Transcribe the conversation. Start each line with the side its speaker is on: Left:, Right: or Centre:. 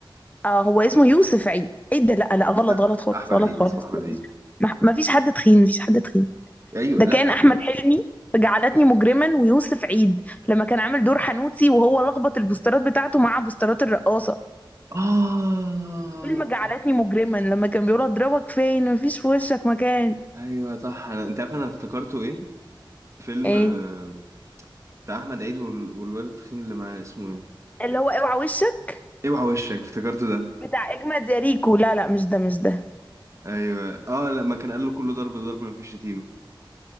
Left: اه هو اسمه يوسف عيد ايه ده لا لا غلط
Right: لا
Left: غلط خالص
Right: احمد
Left: غلط
Right: عيد
Left: خالص
Right: اسمه احمد
Left: مفيش
Right: عيد
Left: مح- مفيش حد تخين مفيش حد تخين
Right: ايوه
Left: ده
Right: لا
Left: كان احمد حلمي في جعلتني مجرما ويوسف عيد لما كان عامل دور حنوتي وهو لخبط البوسترات بتاعته مع بوسترات الرقاصه
Right: اه
Left: فيلم جعلتني مجرما لما كان بيقول اضربك فين مفيش في وشك مكان
Right: ايوه صح انا انت عارف انا افتكرته ايه؟ فيلم
Left: ايه
Right: آه، بتاع احمد عيد وال- والواد التخين اللي معاه اسمه ايه؟
Left: اللي هو اوعى وشك
Right: اوعى وشك افتكرته ده
Left: بتاع اجمد يا ريكو لا لا مش ده مش ده
Right: ايوه اه لما كان قال له كله ضرب ضرب مفيش شتيمه